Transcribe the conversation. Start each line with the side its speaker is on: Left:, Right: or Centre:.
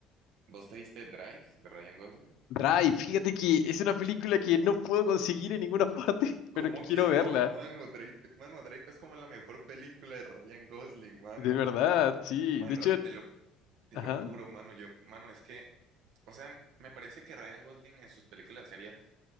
Right: ¿vos te viste Drive de Ryan Gosling?
Left: Drive, fíjate que es una película que no puedo conseguir en ninguna parte, <laughs>
Right: ¿Cómo
Left: pero que quiero
Right: que
Left: verla.
Right: no, mano? Drive, mano, Drive es como la mejor película de Ryan Gosling, mano.
Left: De verdad, sí.
Right: Mano,
Left: De hecho,
Right: te lo, te
Left: ajá.
Right: lo juro, mano, yo, mano, es que, o sea, me parece que Ryan Gosling en sus películas serias,